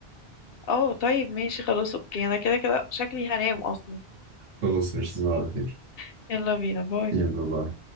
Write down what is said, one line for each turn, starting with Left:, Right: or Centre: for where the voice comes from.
Left: اه طيب ماشي خلاص اوكي انا كده كده شكلي هنام اصلا
Right: خلاص مش على خير
Left: <laughs> يلا بينا باي
Right: يلا بقى